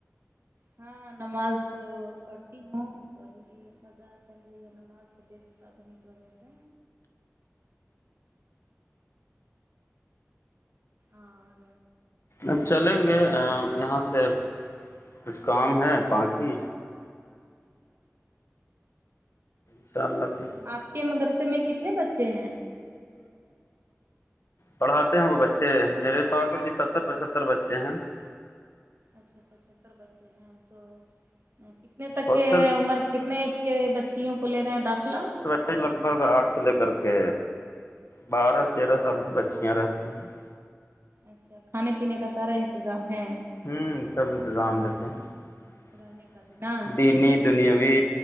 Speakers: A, on the right (about 55°); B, on the left (about 60°).
A: ہاں نماز تو پڑھتی ہوں کبھی ضات چل رہی ہے نماز طبیعت خراب ہونے کی وجہ سے اور
B: اب چلیں گے یہاں سے کچھ کام ہے بااکی <unintelligible>
A: آپ کے مدرسے میں کتنے بچے ہیں
B: پڑھاتے ہیں وہ بچے میرے پاس ابھی ستر
A: ہاں
B: پچہتر بچے ہیں <unintelligible>
A: اچھا پچہتر بچے ہیں تو <unintelligible> کتنے تک
B: ہاسٹل
A: کے عمر کتنے ایج کے بچیوں کو لے رہے ہیں داخلہ
B: بھائی لگ بھگ آرٹ سے لے کر کے بارہ تیرہ سال کی بچیاں رہتی ہیں <unintelligible>
A: اچھا کھانے پینے کا سارا انتظام ہے
B: ہوں سب انتظام دیتے ہیں ہم لوگ
A: رہنے کا بھی نا
B: دینی <unintelligible> دنیاوی